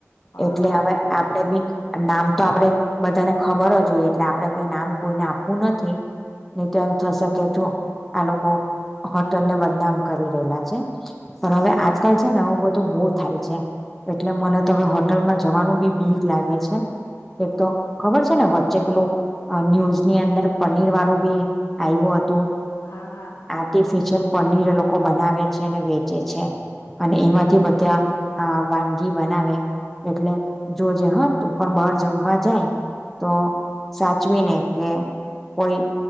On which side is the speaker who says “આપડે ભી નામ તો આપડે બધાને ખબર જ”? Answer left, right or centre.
Centre